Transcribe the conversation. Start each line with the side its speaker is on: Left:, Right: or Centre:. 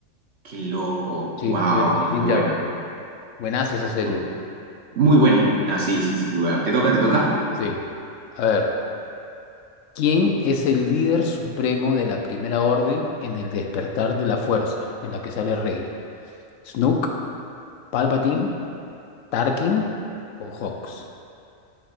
Right: Qué loco,
Left: Sí,
Right: wow,
Left: pero es
Right: no,
Left: Din
Right: qué
Left: Djarin.
Right: buena.
Left: Buenaza esa serie.
Right: Ok. Muy buena, sí, sí, sí, muy buena. ¿Te toca, te toca?
Left: Sí. A ver, ¿quién es el líder supremo de la Primera Orden en el despertar de la fuerza, en la que sale Rey? ¿Snook, Palpatine, Tarkin o Hawks?